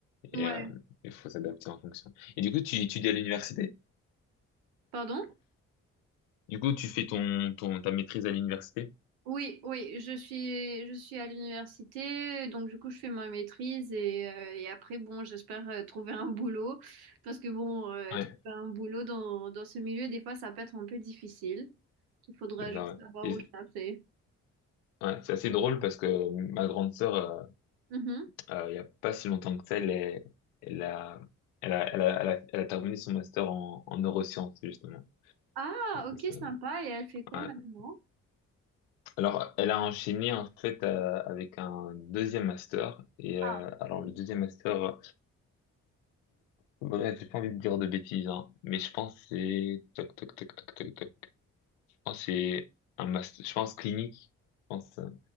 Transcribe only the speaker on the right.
Ouais.
Pardon?
Oui, oui, je suis, je suis à l'université, donc du coup je fais ma maîtrise et, euh, et après bon, j'espère euh, trouver un boulot parce que bon, euh,
trouver un boulot dans, dans ce milieu des fois ça peut être un peu difficile. Il faudra
juste
savoir
où chercher.
Mhm.
Ah,
ok,
sympa. Et elle fait quoi
maintenant?
Ah,
ok.